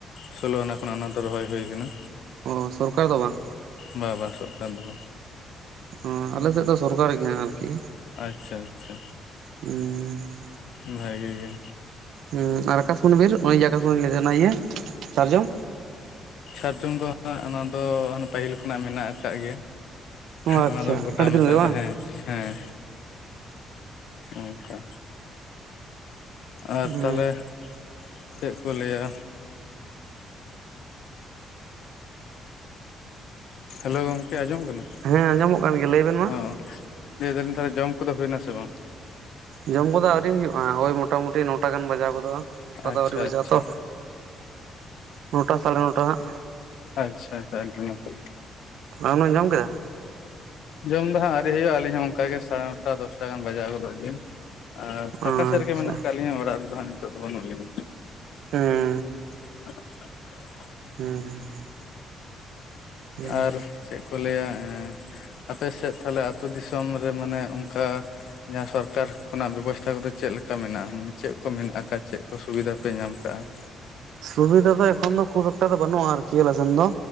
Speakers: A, on the left; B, on the right.
A: ᱥᱳᱞᱳ ᱟᱱᱟ ᱠᱷᱚᱱᱟᱜ ᱚᱱᱟ ᱨᱚᱦᱚᱭ ᱦᱩᱭ ᱟᱠᱟᱱᱟ᱾
B: ᱚᱸ ᱥᱚᱨᱠᱟᱨ ᱫᱚ ᱵᱟᱝ?
A: ᱵᱟ ᱵᱟ ᱥᱚᱨᱠᱟᱨ ᱫᱚ ᱵᱟ᱾
B: ᱦᱚᱸ ᱟᱞᱮ ᱥᱮᱜ ᱫᱚ ᱥᱚᱨᱠᱟᱨ ᱜᱮ ᱦᱟᱸᱜ ᱟᱨᱠᱤ᱾
A: ᱟᱪᱪᱷᱟ ᱟᱪᱪᱷᱟ
B: ᱦᱩᱸ
A: ᱵᱷᱟᱜᱤ ᱜᱮ᱾
B: ᱦᱩᱸ ᱟᱨ ᱟᱠᱟᱥᱢᱚᱱ ᱵᱤᱨ ᱚᱱᱮ ᱡᱮ ᱟᱠᱟᱥᱢᱚᱱᱤ ᱚᱱᱟ ᱤᱭᱟᱹ ᱥᱟᱨᱡᱚᱢ᱾
A: ᱥᱟᱨᱡᱚᱢ ᱫᱚ ᱦᱟᱸᱜ ᱚᱱᱟ ᱫᱚ ᱦᱟᱱᱮ ᱯᱟᱹᱦᱤᱞ ᱠᱷᱚᱱᱟᱜ ᱢᱮᱱᱟᱜ ᱟᱠᱟᱜ ᱜᱮᱭᱟ᱾
B: ᱚ ᱟᱪᱪᱷᱟ
A: ᱚᱱᱟ ᱫᱚ ᱜᱚᱴᱟ
B: ᱟᱹᱰᱤ ᱫᱤᱱ
A: ᱢᱮᱥᱟᱭ
B: ᱜᱮ ᱵᱟᱝ
A: ᱛᱟ ᱦᱮᱸ ᱦᱮᱸ᱾ ᱚᱝᱠᱟ ᱟᱨ
B: ᱦᱩᱸ
A: ᱛᱟᱦᱞᱮ ᱪᱮᱜ ᱠᱚ ᱞᱟᱹᱭᱟ ᱦᱮᱞᱳ ᱜᱚᱝᱠᱮ ᱟᱸᱡᱚᱢ ᱠᱟᱱᱟ?
B: ᱦᱮᱸ ᱟᱸᱡᱚᱢᱚᱜ ᱠᱟᱱ ᱜᱮᱭᱟ ᱞᱟᱹᱭ ᱵᱮᱱ ᱢᱟ᱾
A: ᱚᱸ ᱞᱟᱹᱭ ᱫᱟᱞᱤᱧ ᱛᱟᱦᱞᱮ ᱡᱚᱢ ᱠᱚᱫᱚ ᱦᱩᱭᱮᱱᱟ ᱥᱮ ᱵᱟᱝ?
B: ᱡᱚᱢ ᱠᱚᱫᱚ ᱟᱹᱣᱨᱤ ᱦᱩᱭᱩᱜ-ᱟ ᱳᱭ ᱢᱚᱴᱟ ᱢᱩᱴᱤ ᱱᱚᱴᱟ ᱜᱟᱱ ᱵᱟᱡᱟᱣ ᱜᱚᱫᱚᱜ-ᱟ᱾ ᱱᱚᱴᱟ ᱫᱚ
A: ᱟᱪᱪᱷᱟ
B: ᱟᱹᱣᱨᱤ ᱵᱟᱡᱟᱜ-ᱟ
A: ᱟᱪᱪᱷᱟ
B: ᱛᱚ ᱱᱚᱴᱟ ᱥᱟᱲᱮ ᱱᱚᱴᱟ ᱦᱟᱸᱜ᱾
A: ᱟᱪᱪᱷᱟ ᱟᱪᱪᱷᱟ <unintelligible>
B: ᱟᱢᱮᱢ ᱡᱚᱢ ᱠᱮᱫᱟ?
A: ᱡᱚᱢ ᱫᱚ ᱦᱟᱸᱜ ᱟᱹᱣᱨᱤ ᱦᱩᱭᱩᱜ-ᱟ ᱟᱹᱞᱤᱧ ᱦᱚᱸ ᱚᱱᱠᱟ ᱜᱮ ᱥᱟᱲᱮ ᱱᱚᱴᱟ ᱫᱚᱥᱴᱟ ᱜᱟᱱ ᱵᱟᱡᱟᱣ ᱜᱚᱫᱚᱜ ᱜᱮᱭᱟ᱾ ᱟᱨ
B: ᱟᱪᱪᱷᱟ
A: ᱯᱷᱟᱸᱠᱟ ᱥᱮᱜ ᱨᱮᱜᱮ ᱢᱮᱱᱟᱜ ᱠᱟᱜ ᱞᱤᱧᱟᱹ ᱚᱲᱟᱜ ᱨᱮᱫᱚ ᱦᱟᱸᱜ ᱱᱤᱛᱚᱜ ᱫᱚ ᱵᱟᱹᱱᱩᱜ ᱞᱤᱧᱟ᱾
B: ᱦᱩᱸ᱾
A: <inaudible>
B: ᱦᱩᱸ᱾ ᱦᱩᱸ
A: ᱟᱨ ᱪᱮᱜ ᱠᱚ ᱞᱟᱹᱭᱟ ᱟᱯᱮ ᱥᱮᱫ ᱛᱟᱦᱞᱮ ᱟᱹᱛᱩ ᱫᱤᱥᱚᱢ ᱨᱮ ᱢᱟᱱᱮ ᱚᱱᱠᱟ ᱡᱟᱦᱟᱸ ᱥᱚᱨᱠᱟᱨ ᱠᱷᱚᱱᱟᱜ ᱵᱮᱵᱚᱥᱛᱷᱟ ᱠᱚᱫᱚ ᱪᱮᱜ ᱞᱮᱠᱟ ᱢᱮᱱᱟᱜ-ᱟ ᱢᱟᱱᱮ ᱪᱮᱜ ᱠᱚ ᱢᱮᱱᱟᱜ ᱟᱠᱟ ᱪᱮᱜ ᱠᱚ ᱥᱩᱵᱤᱫᱷᱟ ᱯᱮ ᱧᱟᱢ ᱠᱟᱜᱟ? ᱟᱠᱟᱟᱜᱼᱟ
B: ᱥᱩᱵᱤᱫᱟ ᱫᱚ ᱮᱠᱷᱚᱱ ᱫᱚ ᱠᱷᱩᱵ ᱮᱠ ᱴᱟ ᱫᱚ ᱵᱟᱹᱱᱩᱜ-ᱟ ᱟᱨᱠᱤ ᱟᱞᱮ ᱥᱮᱱ ᱫᱚ